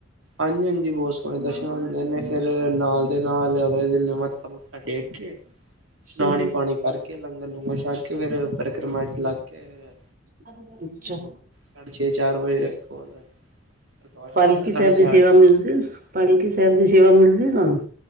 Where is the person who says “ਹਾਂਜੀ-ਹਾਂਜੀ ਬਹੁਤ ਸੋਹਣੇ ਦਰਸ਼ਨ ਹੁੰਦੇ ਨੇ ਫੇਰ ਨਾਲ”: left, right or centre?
Right